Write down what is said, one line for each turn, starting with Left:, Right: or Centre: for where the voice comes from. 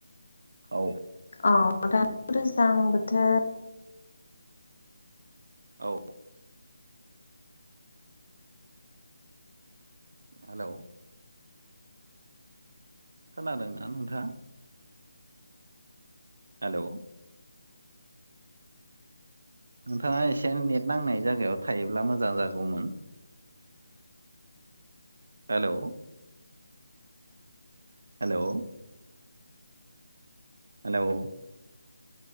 Right: औ।
Left: औ दान दैज्लां बोथोर।
Right: औ। हेलौ। खोनादोंना नोंथाङा? हेलौ। नोंथाङा एसे नेट नांनाय जायगायाव थायोब्ला मोजां जागौमोन। Hello. Hello hello